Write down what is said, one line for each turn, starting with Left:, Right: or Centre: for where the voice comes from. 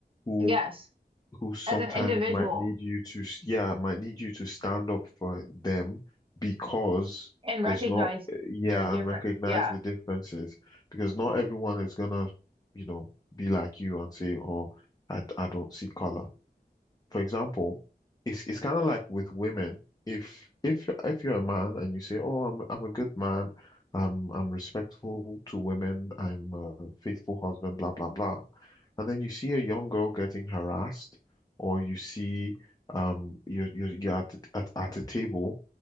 Left: who
Right: Yes,
Left: who sometimes
Right: as an individual
Left: might need you to, s- yeah, might need you to stand up for them because
Right: and recognize
Left: there's not, yeah,
Right: they're different.
Left: and recognize
Right: Yeah,
Left: the differences because not everyone is gonna, you know, be like you and say, oh, I, I don't see color for example, it's it's kind of like with women. If if if you're a man and you say, "Oh, I'm I'm a good man, I'm I'm respectful to women, I'm a faithful husband," blah blah blah, and then you see a young girl getting harassed, or you see um you're you're, you're at, at at a table,